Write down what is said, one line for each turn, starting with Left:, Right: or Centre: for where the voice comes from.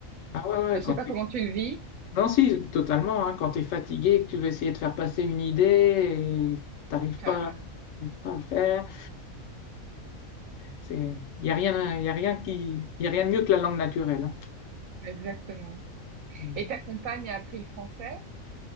Left: Ah ouais,
Right: <laughs> Je
Left: ouais,
Right: sais
Left: quand
Right: pas
Left: t'es-
Right: comment tu le vis.
Left: Non, si, totalement. hein, quand tu es fatigué, que tu veux essayer de faire passer une idée et t'arrives
Right: Ah,
Left: pas, t'arrives pas à le faire, c'est, <laughs> il y a rien, y a rien qui, y a rien de mieux que la langue naturelle.
Right: exactement.
Left: hein.
Right: Et ta compagne a appris le français?